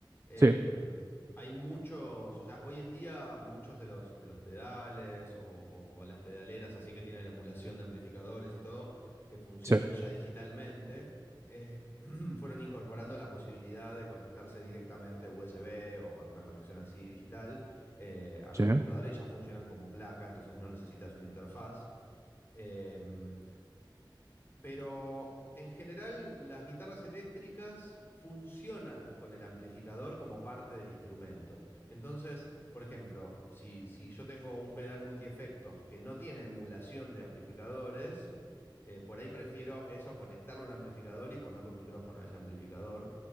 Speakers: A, on the left; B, on the right.
A: Em,
B: Sí,
A: hay muchos, o sea, hoy en día muchos de los, de los pedales o, o las pedaleras así que tienen emulación de amplificadores y todo, que funcionan
B: sí,
A: ya digitalmente, eh, <clears throat> fueron incorporando la posibilidad de conectarse directamente USB o alguna conexión así digital eh, a
B: sí,
A: la computadora y ya funcionan como placa, entonces no necesitas una interfaz. Em, pero en general las guitarras eléctricas funcionan con el amplificador como parte del instrumento. Entonces, por ejemplo, si, si yo tengo un pedal multiefectos que no tiene emulación de amplificadores, eh, por ahí prefiero eso, conectarlo a un amplificador y ponerle un micrófono a ese amplificador